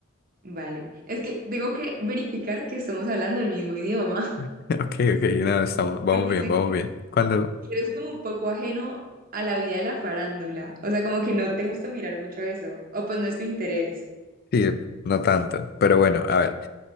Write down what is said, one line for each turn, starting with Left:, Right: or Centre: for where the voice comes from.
Right: Vale. Es que tengo que verificar que estamos hablando el mismo idioma,
Left: <laughs> Ok, ok, no, estamos,
Right: <laughs>
Left: vamos
Right: porque
Left: bien,
Right: sé
Left: vamos
Right: que
Left: bien. Cuando,
Right: que eres como un poco ajeno a la vida de la farándula. O sea, como que no te gusta mirar mucho eso, o pues no es tu interés.
Left: sí, no tanto, pero bueno, a ver,